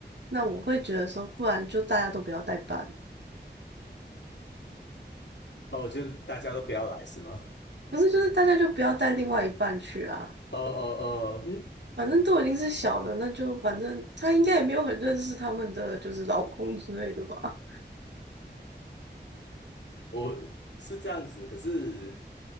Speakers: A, on the right; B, on the left.
A: 那我会觉得说，不然就大家都不要代办，
B: 哦，就大家都不要来是吗？
A: 不是就是大家就不要带另外一半去啊，
B: 哦哦哦，嗯
A: 反正都已经是小的，那就反正他应该也没有很认识他们的就是老公之类的吧。
B: 我是这样子，可是